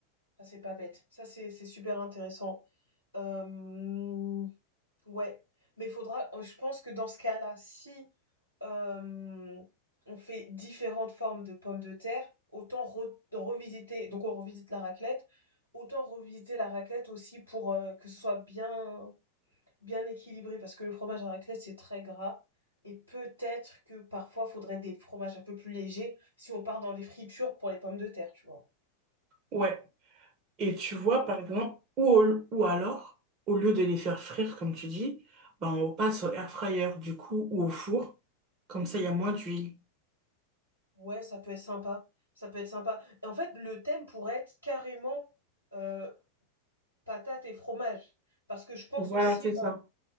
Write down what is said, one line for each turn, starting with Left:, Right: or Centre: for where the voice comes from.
Left: Ça, c'est pas bête. Ça, c'est c'est super intéressant. Euh, ouais. Mais faudra, euh, je pense que dans ce cas-là, si euh, on fait différentes formes de pommes de terre, autant re- revisiter, donc on revisite la raclette, autant revisiter la raclette aussi pour euh, que ce soit bien bien équilibré parce que le fromage à raclette c'est très gras et peut-être que parfois faudrait des fromages un peu plus légers si on part dans les fritures pour les pommes de terre, tu vois.
Right: Ouais. Et tu vois, par exemple, ou, au- ou alors, au lieu de les faire frire, comme tu dis, ben on passe au air fryer, du coup, ou au four. Comme ça, il y a moins d'huile.
Left: Ouais, ça peut être sympa. Ça peut être sympa. Et en fait, le thème pourrait être carrément euh, patates et fromage. Parce que je pense
Right: Voilà,
Left: aussi
Right: c'est ça.